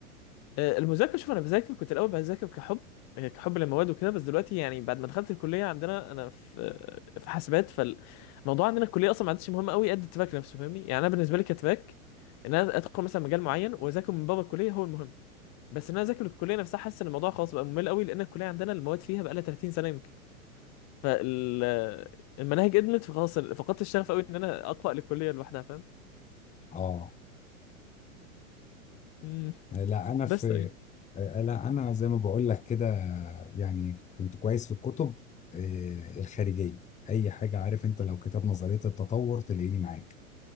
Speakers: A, on the left; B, on the left.
A: آه، المذاكره شوف انا بذاكر كنت الاول بذاكر كحب آه، كحب للمواد وكده بس دلوقتي يعني بعد ما دخلت الكليه عندنا انا في آه، في حاسبات فالموضوع عندنا الكليه اصلا ما عادش مهم قوي قد التراك نفسه فاهمني يعني انا بالنسبه لي كتراك ان انا ادخل مثلا مجال معين واذاكر من بابا الكليه هو المهم بس ان انا اذاكر الكليه نفسها حاسس ان الموضوع خلاص بقى ممل قوي لان الكليه عندنا المواد فيها بقى لها 30 سنه يمكن فالمناهج قدمت فخلاص فقدت الشغف قوي ان انا اقرا للكليه لوحدها فاهم
B: اه
A: مم.
B: لا انا
A: بس
B: في
A: اي
B: لا انا زي ما بقول لك كده يعني كنت كويس في الكتب آه، الخارجية اي حاجة عارف انت لو كتاب نظرية التطور تلاقيني معاك